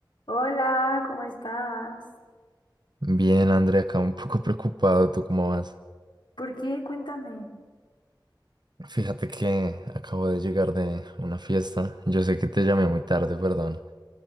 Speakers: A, on the left (about 75°); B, on the right (about 65°).
A: Hola, ¿cómo estás?
B: Bien, Andrea, acá un poco preocupado. ¿Tú cómo vas?
A: ¿Por qué? Cuéntame.
B: Fíjate que acabo de llegar de una fiesta. Yo sé que te llamé muy tarde, perdón.